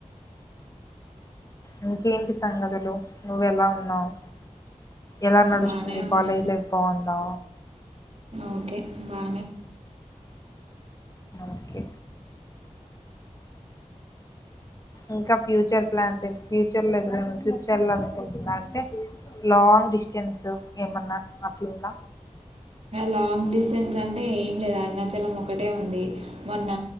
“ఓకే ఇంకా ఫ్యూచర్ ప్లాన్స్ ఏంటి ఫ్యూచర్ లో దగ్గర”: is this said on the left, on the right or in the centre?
Left